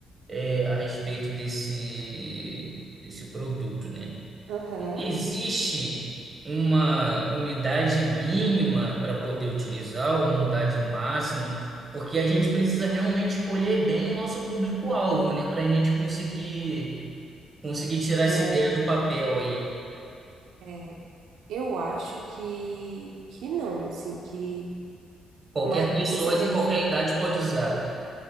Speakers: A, on the right; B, on the right.
A: é, a respeito desse, desse produto, né?
B: Aham,
A: Existe uma umidade mínima para poder utilizar, ou umidade máxima, porque a gente precisa realmente escolher bem o nosso público-alvo, né? Para a gente conseguir, conseguir tirar
B: é
A: essa ideia
B: verdade.
A: do papel aí.
B: É, eu acho que, que não, assim, que...
A: Qualquer
B: Mas
A: pessoa
B: você quer
A: de qualquer
B: dizer
A: idade pode usar.